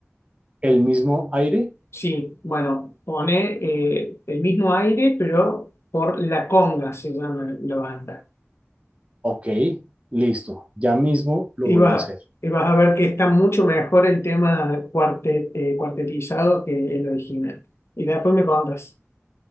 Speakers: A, on the right; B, on the left.
A: el mismo aire,
B: Sí, bueno, pone eh, el mismo aire, pero por La Conga se llama la banda.
A: ok, listo, ya mismo lo
B: Y,
A: voy
B: va-
A: a hacer.
B: y vas a ver que está mucho mejor el tema cuarte- eh, cuartetizado que el original. Y después me contas.